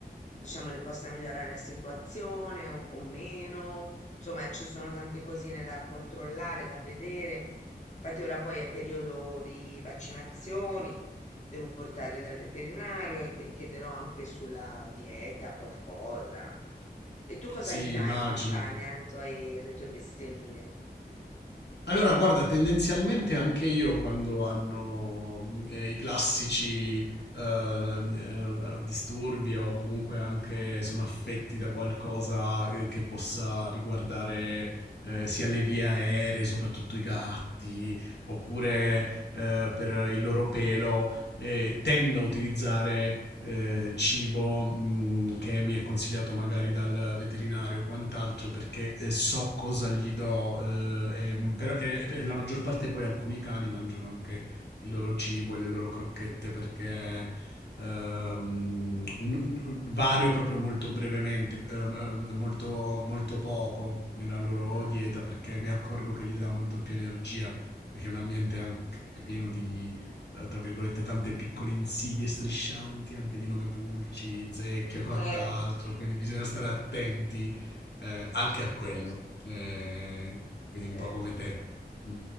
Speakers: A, on the left (about 45°); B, on the left (about 80°).
A: diciamo, le possa migliorare la situazione o, o meno. Insomma, ci sono tante cosine da controllare, da vedere. Infatti ora poi è periodo di vaccinazioni, devo portarli dal veterinario e quindi chiederò anche sulla dieta qualcosa. E tu cosa
B: sì,
A: gli dai
B: immagino.
A: in campagna ai tuoi- alle tue bestioline?
B: Allora, guarda, tendenzialmente anche io quando hanno eh, i classici eh, eh, disturbi o comunque anche sono affetti da qualcosa eh, che possa riguardare eh, sia le vie aeree, soprattutto i gatti, oppure eh, per il loro pelo, eh, tendo a utilizzare eh, cibo mh, che mi è consigliato magari dal veterinario o quant'altro perché eh, so cosa gli do eh, e mm, per, e per la maggior parte poi alcuni cani mangiano anche il loro cibo e le loro crocchette perché ehm, n- vario proprio molto brevemente, ehm, ehm, molto, molto poco nella loro
A: Mhm.
B: dieta perché mi accorgo che gli dà molto più energia perché è un ambiente anche pieno di eh, tra virgolette, tante piccole insidie striscianti, anche di nome Pulci, Zecchia
A: <laughs>
B: e quant'altro,
A: Eh,
B: quindi bisogna stare attenti eh, anche a quello.
A: certo.
B: Eh, quindi
A: Certo.
B: un po' come te. Mm.